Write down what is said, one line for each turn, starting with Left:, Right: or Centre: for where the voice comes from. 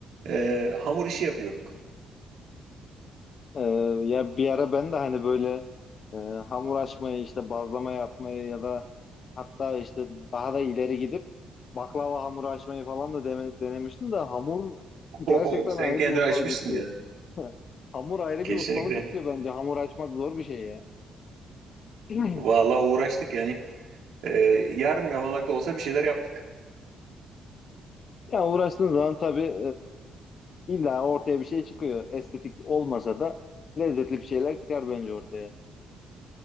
Right: e, hamur işi yapıyorduk.
Left: e, ya bir ara ben de hani böyle e, hamur açmayı işte bazlama yapmayı ya da hatta işte daha da ileri gidip baklava hamuru açmayı falan da deme- denemiştim de hamur gerçekten
Right: Oho, sen
Left: ayrı
Right: kendini
Left: bir ustalık
Right: açmışsın
Left: istiyor.
Right: ya.
Left: <laughs> Hamur ayrı
Right: Kesinlikle.
Left: bir ustalık istiyor bence. Hamur açmak zor bir şey ya. <clears throat>
Right: Vallahi uğraştık yani. Ee, yarım yamalak da olsa bir şeyler yaptık.
Left: Ya uğraştığın zaman tabii e, illa ortaya bir şey çıkıyor. Estetik olmasa da lezzetli bir şeyler çıkar bence ortaya.